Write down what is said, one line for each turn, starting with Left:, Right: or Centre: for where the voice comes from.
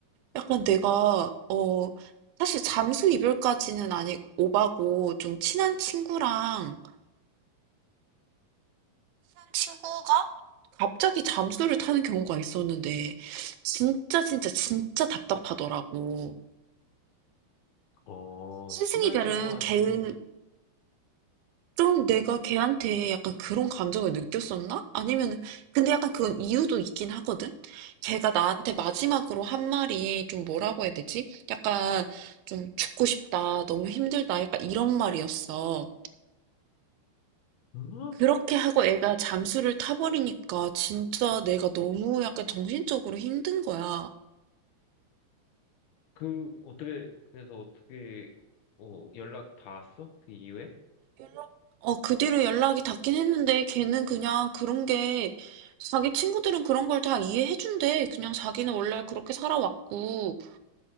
Right: 약간 내가 어 사실 잠수 이별까지는 아니 오바고 좀 친한 친구랑 친한 친구가 갑자기 잠수를 타는 경우가 있었는데 진짜 진짜 진짜 답답하더라고.
Left: 어,
Right: 스승
Left: 친한
Right: 이별은
Left: 친구한테.
Right: 개응 좀 내가 걔한테 약간 그런 감정을 느꼈었나? 아니면은 근데 약간 그건 이유도 있긴 하거든. 걔가 나한테 마지막으로 한 말이 좀 뭐라고 해야 되지? 약간 좀 죽고 싶다, 너무 힘들다, 약간 이런 말이었어.
Left: 응?
Right: 그렇게 하고 애가 잠수를 타버리니까 진짜 내가 너무 약간 정신적으로 힘든 거야.
Left: 그, 어떻게, 그래서 어떻게, 어, 연락 닿았어? 그 이후에?
Right: 연락, 어, 그 뒤로 연락이 닿긴 했는데 걔는 그냥 그런 게 자기 친구들은 그런 걸 다 이해해준대. 그냥 자기는 원래 그렇게 살아왔고.